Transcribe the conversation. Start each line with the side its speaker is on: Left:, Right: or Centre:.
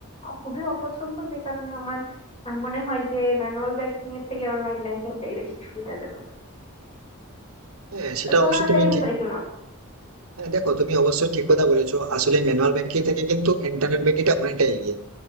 Left: খুবই অপছন্দ যে কারণে আমার আহ, মনে হয় যে ম্যানুয়াল ব্যাংকিং এর থেকে অনলাইন ব্যাংকিংটাই বেশি সুবিধাজনক
Right: হ্যাঁ সেটা
Left: তো তোমার
Right: অবশ্যই তুমি
Left: এই ব্যাপারে
Right: ঠিক
Left: কি মত
Right: হ্যাঁ দেখো তুমি অবশ্যই ঠিক কথা বলেছো আসলে ম্যানুয়াল ব্যাংকিং থেকে কিন্তু ইন্টারনেট ব্যাংকিংটা অনেকটা এগিয়ে